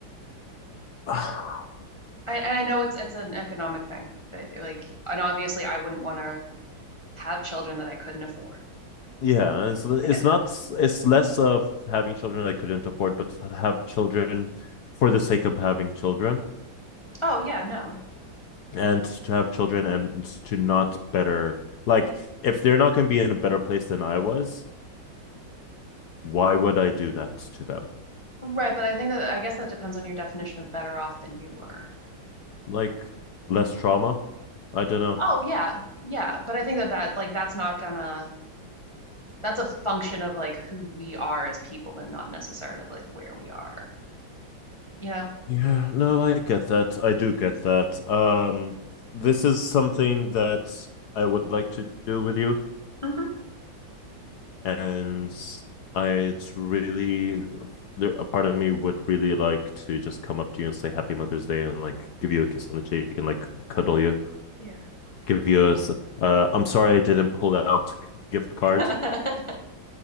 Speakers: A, on the left (about 65°); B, on the left (about 15°).
A: <sighs>
B: I, and I know it's it's an economic thing, but like and obviously I wouldn't want to have children that I couldn't afford.
A: Yeah, and so it's
B: I get that.
A: not it's less of having children I couldn't afford, but to have children for the sake of having children
B: Oh yeah, no.
A: and to have children and to not better like if they're not going to be in a better place than I was, why would I do that to them?
B: Right, but I think that I guess that depends on your definition of better off than you were.
A: Like less trauma? I don't know.
B: Oh yeah, yeah, but I think that that like that's not gonna that's a function of like who we are as people and not necessarily like where we are, you know?
A: Yeah, no, I get that. I do get that. Um this is something that I would like to do with you
B: hmm
A: and I it's really there a part of me would really like to just come up to you and say happy mother's day and like give you a kiss on the cheek and like cuddle you
B: Yeah.
A: give you a s- uh i'm sorry i didn't pull out gift card
B: <laughs>